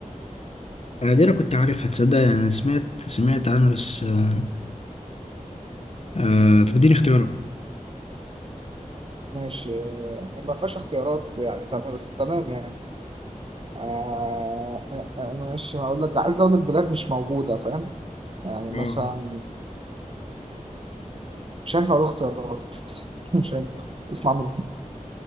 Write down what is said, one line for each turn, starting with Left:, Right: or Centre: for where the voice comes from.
Left: انا دي انا كنت عارفها تصدق يعني انا سمعت سمعت عنها بس آه، آه، طب اديني اختيارات
Right: ماشي آه، ما فيهاش اختيارات يعني تمام بس تمام يعني آه آه، آه، ماشي هقول لك عايز أقول لك بلاد مش موجودة فاهم يعني
Left: اه
Right: مثلا مش هينفع أقول اختيارات <laughs> مش هينفع اسمع مني